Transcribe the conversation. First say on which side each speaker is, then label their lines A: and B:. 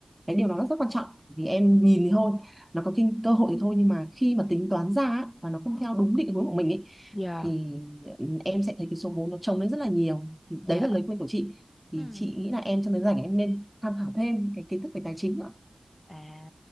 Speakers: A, in the centre; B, on the left.
A: cái điều đó nó rất quan trọng vì em nhìn thì thôi nó có kinh cơ hội thì thôi nhưng mà khi mà tính toán ra á, và nó không
B: Ừ.
A: theo đúng định hướng của mình ấy
B: Dạ.
A: thì ừ, em sẽ thấy cái số vốn nó chồng lên rất là nhiều thì
B: Dạ.
A: đấy là lời khuyên của chị thì
B: Ừ.
A: chị nghĩ là em trong đến rảnh em nên tham khảo thêm cái kiến thức về tài chính nữa
B: À,